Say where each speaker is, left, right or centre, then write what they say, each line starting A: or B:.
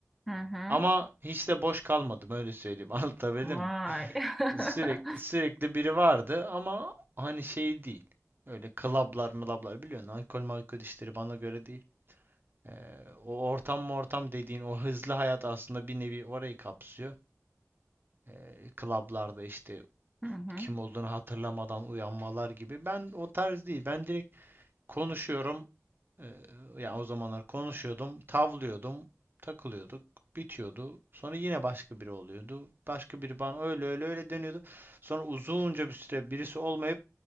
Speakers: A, in the centre; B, on the right.
A: Hı hı.
B: Ama hiç de boş kalmadım öyle söyleyeyim. <laughs> Anlatabildim
A: Vay.
B: mi?
A: <laughs>
B: Sürekli sürekli biri vardı ama hani şey değil. Öyle klablar mılablar biliyorsun. Alkol malkol işleri bana göre değil. E, o ortam mı ortam dediğin o hızlı hayat aslında bir nevi orayı kapsıyor. E, klablarda işte
A: Hı hı.
B: kim olduğunu hatırlamadan uyanmalar gibi. Ben o tarz değil. Ben direkt konuşuyorum. Ee, yani o zamanlar konuşuyordum, tavlıyordum, takılıyorduk, bitiyordu. Sonra yine başka biri oluyordu. Başka biri bana öyle öyle öyle dönüyordu. Sonra uzunca bir süre birisi olmayıp